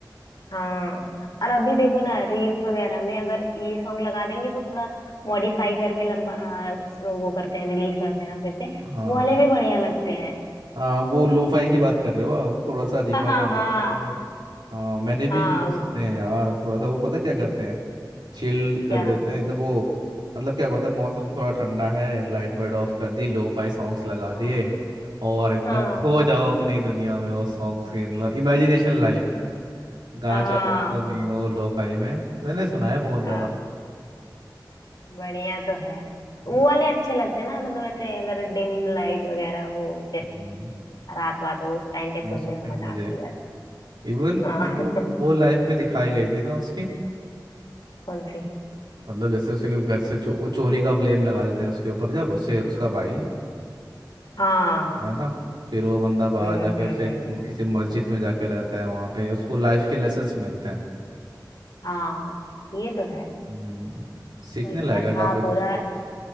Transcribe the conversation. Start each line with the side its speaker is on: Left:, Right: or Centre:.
Left: हाँ और अभी देखो ना रील्स वगैरह में अगर ये सॉन्ग लगा देंगे वो थोड़ा मॉडिफाई करके लंबा आ, वो करते हैं रिलीज करते हैं ना फिर से
Right: हाँ
Left: वो वाले भी बढ़िया लगते हैं
Right: हाँ वो लोफाई की बात कर रहे हो आप थोड़ा सा रिवर्ब
Left: हाँ हाँ
Right: बढ़ा
Left: हाँ
Right: देते हैं हाँ मैंने भी
Left: हाँ
Right: यूज सुने हैं यार थोड़ा सा वो पता क्या करते हैं चिल कर
Left: क्या
Right: देते हैं एकदम वो मतलब क्या होता है मौसम थोड़ा ठंडा है लाइट वाइट ऑफ कर दी लोफाई सॉन्ग्स लगा
Left: हाँ
Right: दिए और एकदम
Left: हाँ
Right: खो जाओ अपनी दुनिया में वो सॉन्ग्स
Left: <laughs>
Right: के इमेजिनेशन लाइफ गाना
Left: हाँ
Right: चल रहा है तुम ही हो लोफाई में मैंने सुना है बहुत ज्यादा
Left: हाँ, बढ़िया तो है
Right: हम्म,
Left: वो वाले अच्छे लगते हैं ना मतलब ऐसे अगर डिम लाइट वगैरह हो फिर
Right: हम्म,
Left: रात बात हो उस टाइम पे
Right: मौसम
Left: सुनने में
Right: के
Left: मजा
Right: मजे
Left: आती है ऐसा
Right: इवन
Left: हाँ
Right: वो
Left: <laughs>
Right: वो लाइफ पे दिखाई गई थी ना उसकी
Left: कौन सी
Right: मतलब जैसे उसके घर से चो, वो चोरी का ब्लेम लगा देते हैं उसके ऊपर जब उससे उसका भाई
Left: हाँ
Right: है ना फिर वो बंदा बाहर
Left: हम्म
Right: जाके
Left: हम्म
Right: उसे
Left: हम्म
Right: किसी मस्जिद में जाके रहता है वहाँ पे उसको लाइफ के लेसन्स मिलते हैं
Left: हाँ ये तो है
Right: हम्म, सीखने
Left: बढ़िया
Right: लायक है
Left: था
Right: काफी
Left: पूरा
Right: कुछ